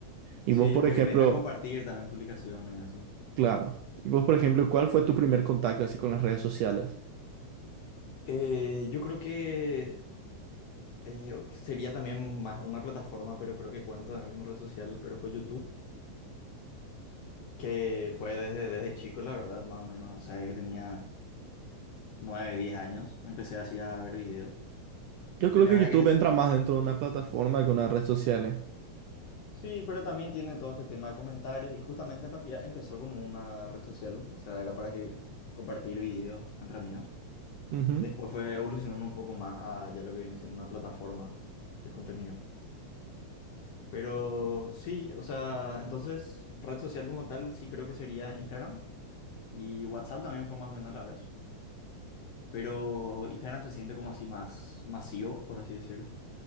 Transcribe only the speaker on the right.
Y
vos, por
ejemplo,
claro. Y vos, por ejemplo, ¿cuál fue tu primer contacto así con las redes sociales?
Yo
creo
que
YouTube
entra más dentro de una plataforma que una red social.
Ujú.